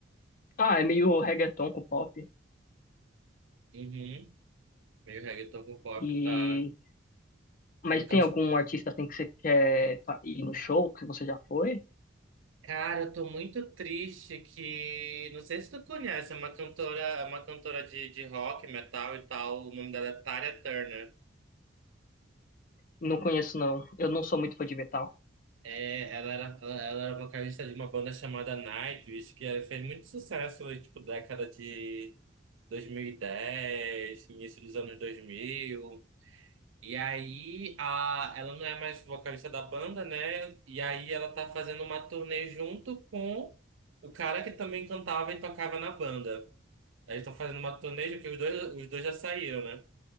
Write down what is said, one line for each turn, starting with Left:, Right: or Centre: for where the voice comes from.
Left: Ah, é meio reggaeton com pop.
Right: Uhum. Meio reggaeton com pop,
Left: E.
Right: tá?
Left: Mas
Right: Ele canta.
Left: tem algum
Right: assim,
Left: artista assim que você quer fa- ir no show que você já foi?
Right: Cara, eu tô muito triste que. Não sei se tu conhece, é uma cantora, é uma cantora de, de rock, metal e tal. O nome dela é Tarya Turner.
Left: Não conheço, não. Eu não sou muito fã de metal.
Right: É, ela era, ela, ela era vocalista de uma banda chamada Nightwish, que fez muito sucesso, tipo, década de dois mil e dez início dos anos dois mil E aí, a, ela não é mais vocalista da banda, né? E aí ela tá fazendo uma turnê junto com o cara que também cantava e tocava na banda. Aí estão fazendo uma turnê, porque os dois, os dois já saíram, né?